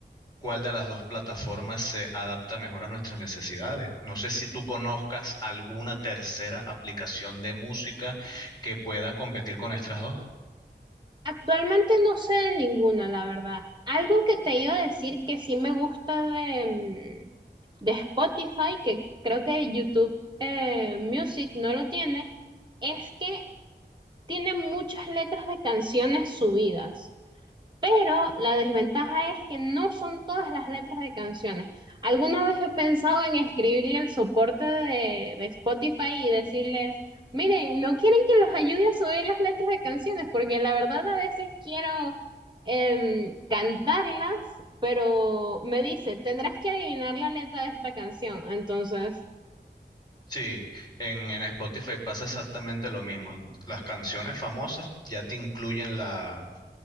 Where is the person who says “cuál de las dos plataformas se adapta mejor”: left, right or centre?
Left